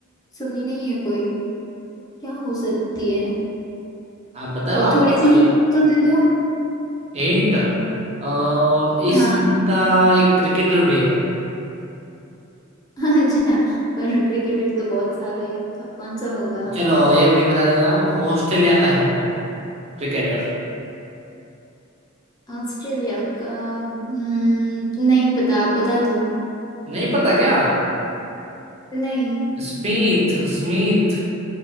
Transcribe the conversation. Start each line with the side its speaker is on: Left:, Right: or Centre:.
Left: सुनी नहीं है कोई क्या हो सकती है
Right: आप बताओ
Left: तो
Right: आपकी
Left: थोड़ी सी
Right: बारी
Left: हिंट तो दे दो
Right: हिंट अ, इस
Left: हाँ
Right: team का एक क्रिकेटर भी है
Left: <laughs> अच्छा पर क्रिकेट तो बहुत सारे हैं अब कौन सा होगा
Right: चलो ये भी बता देता हूँ ऑस्ट्रेलिया का है वो क्रिकेटर
Left: ऑस्ट्रेलिया का हम्म, नहीं पता आप बता दो
Right: नहीं पता क्या
Left: नहीं
Right: Smith Smith